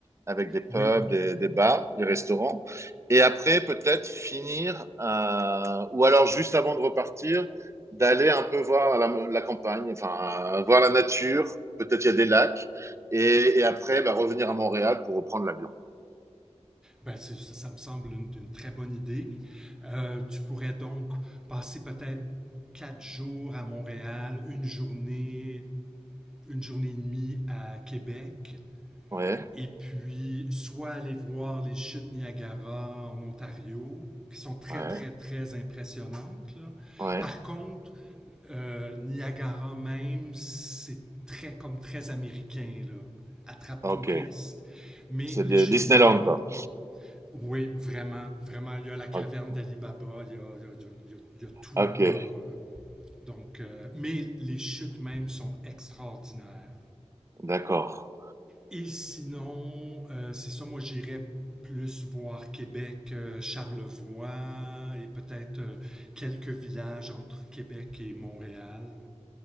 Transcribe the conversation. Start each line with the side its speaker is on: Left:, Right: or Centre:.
Right: avec des pubs,
Centre: oui.
Right: des, des bars, des restaurants. Et après, peut-être finir, euh, ou alors juste avant de repartir, d'aller un peu voir la, la campagne, enfin, euh, voir la nature. Peut-être il y a des lacs. Et, et après, bah, revenir à Montréal pour reprendre l'avion.
Centre: Ben, c'est- ça, ça me semble une, une très bonne idée. Euh, tu pourrais donc passer peut-être quatre jours à Montréal, une journée, une journée et demie à Québec,
Right: Ouais,
Centre: et puis soit aller voir les chutes Niagara en Ontario, qui sont très,
Right: ouais,
Centre: très, très impressionnantes, là.
Right: ouais.
Centre: Par contre, euh, Niagara même, c'est très, comme très américain, là. Attrape
Right: Ok.
Centre: touriste. Mais
Right: C'est
Centre: les
Right: de
Centre: chutes
Right: Disneyland,
Centre: Niagara,
Right: quoi.
Centre: Oui, vraiment, vraiment. Il y a la caverne
Right: Ok,
Centre: d'Alibaba, il, y a- il y a- il y a- il y a tout,
Right: Ok,
Centre: là. Donc, euh, mais les chutes même sont extraordinaires.
Right: d'accord.
Centre: Et sinon, euh, c'est ça, moi j'irais plus voir Québec, euh, Charlevoix et peut-être euh, quelques villages entre Québec et Montréal.